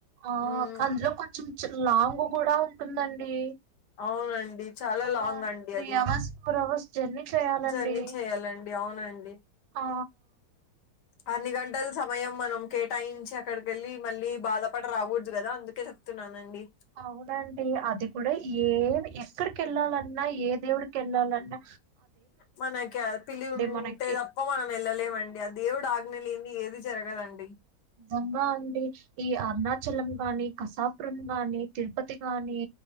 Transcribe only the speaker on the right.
ఆ
అందులో కొంచెం లాంగ్ కూడా ఉంటుందండి
ఒక
త్రీ
అవర్స్ ఫోర్ అవర్స్ జర్నీ చేయాలండి
ఆ
అవునండి అది కూడా ఏం ఎక్కడికి ఎళ్ళాలన్నా ఏ దేవుడికి ఎళ్ళాలన్నా
మనకి
నిజంగా అండి ఈ అరుణాచలం గాని కసాపురం గాని తిరుపతి గాని